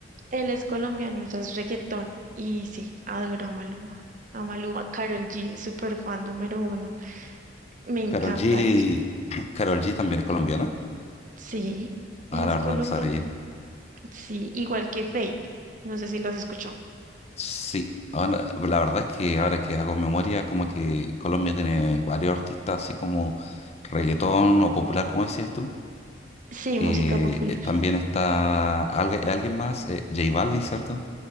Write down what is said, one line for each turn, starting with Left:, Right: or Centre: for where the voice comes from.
Right: Él es colombiano, ella es reggaetón. Y sí, adoro a Maluma. A Maluma, Karol G, super fan número uno. Me encanta
Left: Carol G,
Right: ella.
Left: <clears throat> Karol G también es colombiana.
Right: Sí, ella
Left: Ah,
Right: es
Left: la verdad
Right: colombiana.
Left: no sabía.
Right: Sí, igual que Fate. No sé si los escuchó.
Left: Sí, ahora- la verdad es que ahora que hago memoria, como que Colombia tiene varios artistas, así como reggaetón o popular, como decías tú.
Right: Sí, música
Left: Y
Right: popular.
Left: eh, también está algu- alguien más, eh, J Balvin, ¿cierto?